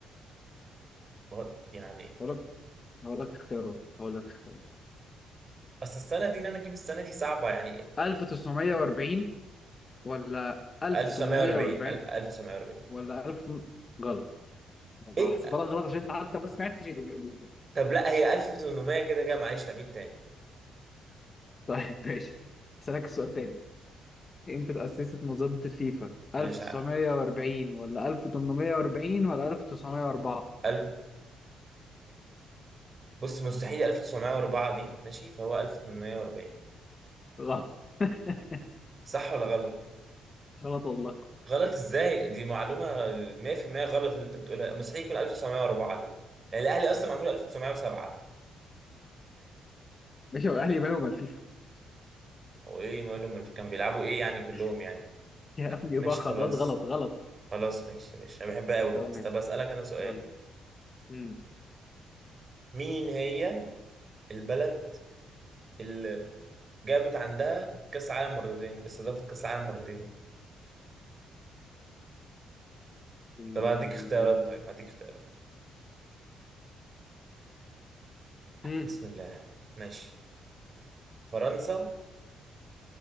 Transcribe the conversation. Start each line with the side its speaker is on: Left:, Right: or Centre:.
Right: غلط. يعني
Left: هقول لك هقول لك اختيارات هقول لك اختيار
Right: أصل السنة دي إن أنا أجيب السنة دي صعبة يعني
Left: 1940 ولا 1840
Right: 1940 ال- 1940
Left: ولا 1000 غلط والله
Right: إيه
Left: هحسبها لك غلط عشان انت حتى ما سمعتش ال- ال-
Right: طب لا هي 1800 كده كده معلش تبعيد تاني
Left: طيب ماشي اسالك السؤال تاني امتى اتأسست منظمة الفيفا 1940
Right: مش عارف
Left: ولا 1840 ولا 1904
Right: ال- بص مستحيل 1904 دي ماشي فهو 1840
Left: غلط <laughs>
Right: صح ولا غلط؟
Left: غلط والله
Right: غلط ازاي دي معلومه 100% غلط اللي انت بتقولها مستحيل يكون 1904 دي يعني الاهلي اصلا معمول 1907
Left: ماشي هو الاهلي مالهم الفيفا
Right: هو ايه مالهم كان بيلعبوا ايه يعني كلهم
Left: <laughs>
Right: يعني
Left: يا ابني
Right: ماشي
Left: بقى خلاص
Right: خلاص
Left: غلط غلط
Right: خلاص ماشي ماشي انا بحبها قوي
Left: سؤال
Right: بس طب اسالك انا سؤال
Left: سؤال مم.
Right: مين هي البلد اللي جابت عندها كاس عالم مرتين استضافت كاس عالم مرتين
Left: مم.
Right: طب هديك اختيارات طيب هديك اختيارات
Left: مم.
Right: بسم الله ماشي فرنسا